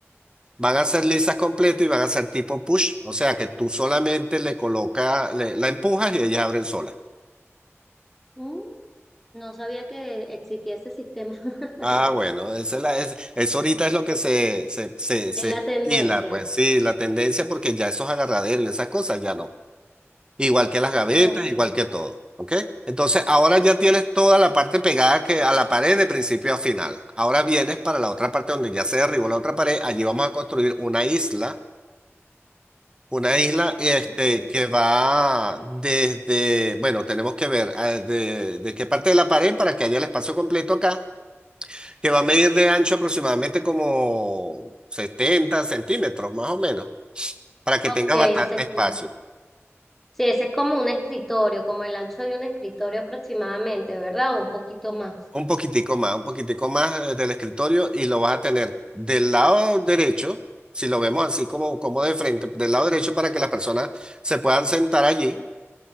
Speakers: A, on the right; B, in the centre.
A: Van a ser lisas completo y van a ser tipo push, o sea que tú solamente le colocas, le- la empujas y ellas abren solas.
B: Mm, no sabía que existía ese sistema <laughs>
A: Ah, bueno, esa es la, es, eso ahorita es lo que se, se, se, se
B: en la tendencia.
A: estila, pues sí, la tendencia, porque ya esos agarraderos y esas cosas ya no. Igual que las gavetas,
B: Ok,
A: igual que todo. ¿Ok? Entonces, ahora ya tienes toda la parte pegada que a la pared de principio a final. Ahora vienes para la otra parte donde ya se derribó la otra pared. Allí vamos a construir una isla, una isla este,
B: ok.
A: que va desde, bueno, tenemos que ver eh, de, de qué parte de la pared para que haya el espacio completo acá que va a medir de ancho aproximadamente como 70 centímetros, más o menos, para que
B: Ok,
A: tenga
B: ese
A: bastante
B: es,
A: espacio.
B: co- sí, ese es como un escritorio, como el ancho de un escritorio aproximadamente, ¿verdad? O un poquito más.
A: Un poquitico más, un poquitico más eh, del escritorio y lo vas a tener del lado derecho, si lo vemos así como, como de frente, del lado derecho para que las personas se puedan sentar allí.